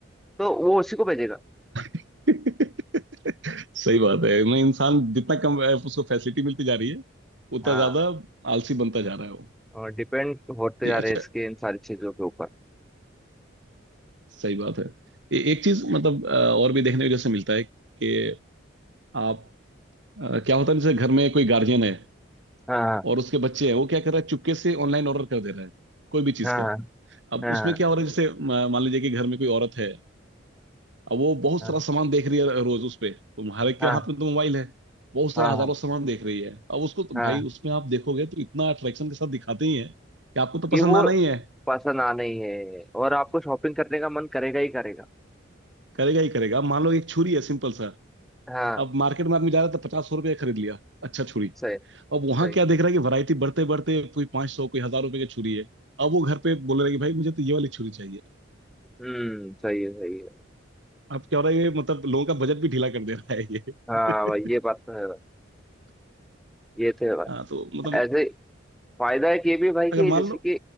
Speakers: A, in the centre; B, on the right (about 65°).
A: तो वो उसी को भेजेगा
B: <laughs> हाँ। <laughs> सही बात है मैं इंसान जितना कम अ, उसको फैसिलिटी मिलती जा रही है उतना
A: हाँ
B: ज्यादा आलसी बनता जा रहा है वो
A: और डिपेंड होते
B: नहीं
A: जा
B: अच्छा
A: रहे हैं इसके इन सारी चीजों के ऊपर
B: सही बात है ए, एक चीज मतलब अ, और भी देखने को जैसे मिलता है कि आप अ, क्या होता है जैसे घर में कोई गार्जियन है
A: हाँ
B: और उसके बच्चे हैं वो क्या कर रहा है चुपके से ऑनलाइन ऑर्डर कर दे रहा है कोई भी चीज
A: हाँ
B: का
A: हाँ
B: अब
A: हाँ
B: उसमें क्या हो रहा है जैसे म- मान लीजिए कि घर में कोई औरत है अब वो बहुत
A: हाँ
B: सारा सामान देख रही है रोज उस पे तुम्हारे के
A: हाँ
B: हाथ में तो मोबाइल है बहुत सारा
A: हाँ
B: हजारों
A: हाँ
B: सामान देख रही है अब उसको तो
A: हाँ
B: भाई उसमें आप देखोगे तो इतना अट्रैक्शन के साथ दिखाते ही है कि आपको तो
A: कि
B: पसंद
A: वो
B: आना ही है
A: पसंद आना ही है और आपको शॉपिंग करने का मन करेगा ही करेगा
B: करेगा ही करेगा अब मान लो एक छुरी है सिंपल सा
A: हाँ
B: अब मार्केट में आदमी जा रहा था पचास सौ रुपये खरीद लिया अच्छा छुरी
A: सही
B: अब
A: सही
B: वहां क्या देख रहा है कि वैरायटी बढ़ते बढ़ते कोई पाँच सौ कोई हजार रुपए की छुरी है अब वो घर पे बोल रहा है कि भाई मुझे तो ये वाली छुरी चाहिए
A: हम्म सही है सही है
B: अब क्या हो रहा है ये मतलब लोगों का बजट भी ढीला कर दे रहा है ये
A: हाँ भाई
B: <laughs>
A: ये बात तो है भाई ये तो है भाई
B: हाँ तो मतलब
A: ऐसे फायदा है कि भी भाई
B: अगर
A: कि
B: मान
A: जैसे
B: लो
A: कि